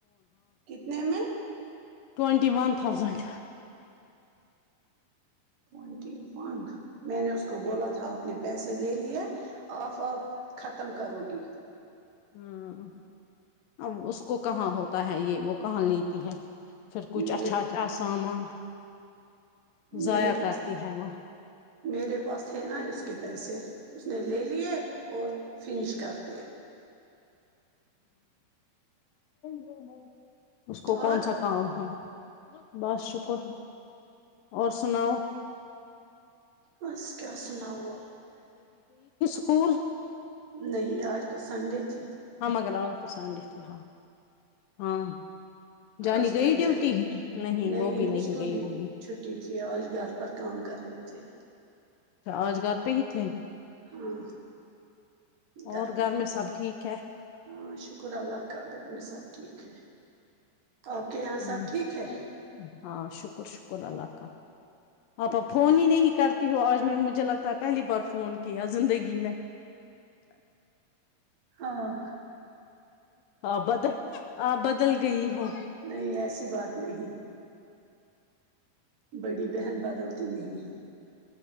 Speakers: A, on the right; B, on the left.
A: کتنے میں
B: twenty one thousand
A: twenty one میں نے اس کو بولا تھا آپ نے پیسے لے لیے آف آپ ختم کرو گی
B: ہاں اب اس کو کہاں ہوتا ہوتا ہے یہ وہ کہاں لیتی ہے پھر کچھ
A: میرے
B: اچھا اچھا سامان ضایا
A: میرے پاس
B: کرتی ہے وہ
A: میرے پاس تھے نا اس کے پیسے اس نے لے لیے اور فنش کر دیے
B: گ اس کو کون
A: اور
B: سا کام ہے بس شکر اور سناؤ
A: اس کیا س ن ہو
B: اسل
A: نہیں آج تو سنڈے تھی
B: آ مگر ن اور پساڈی ہاں ہاں جانی
A: آج
B: گئی
A: کیا
B: ڈیوٹی
A: جائے گی نہیں
B: وہ بھی
A: اس کو
B: گئی
A: بھی
B: ہوگی
A: چھٹی تھی آج گھر پر کام کر رہے تھے
B: اچھا آج کر پی اتے
A: ہاں گھر
B: اور
A: پہ ہی
B: میں
A: تھے
B: سب ٹھیک ہے
A: ہاں شکر اللہ کا گھر میں سب ٹھیک ہے آپ کے یہاں
B: ہ
A: سب ٹھیک ہے
B: ہاں شک شکر شکر اللہ کا آپ اپ فون ہی نہیں کرتی ہو آج میں مجھے لگتا ہے پہلی بار فون کیا زندگی میں چ
A: ہاں
B: آپ بدل آپ بدل گئی ہو
A: نہیں ایسی بات نہیں بڑی بہن بات غلطی نہیں ہے